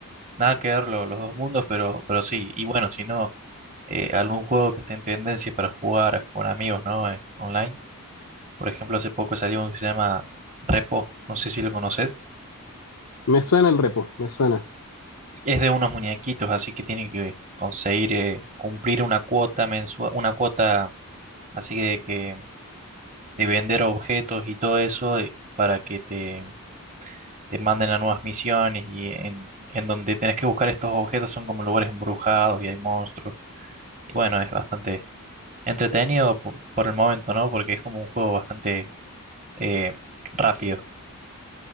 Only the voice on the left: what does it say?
Me suena el repo, me suena.